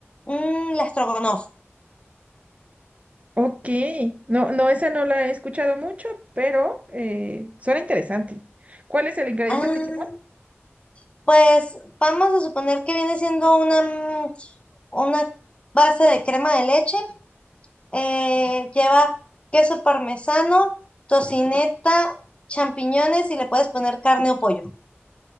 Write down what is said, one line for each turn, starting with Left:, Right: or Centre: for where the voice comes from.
Left: mm, la estrogonoff.
Right: Ok, no, no, esa no la he escuchado mucho, pero eh, suena interesante. ¿Cuál es el ingrediente
Left: Ah,
Right: principal?
Left: pues vamos a suponer que viene siendo una, mm, una base de crema de leche eh, lleva queso parmesano, tocineta, champiñones y le puedes poner carne o pollo.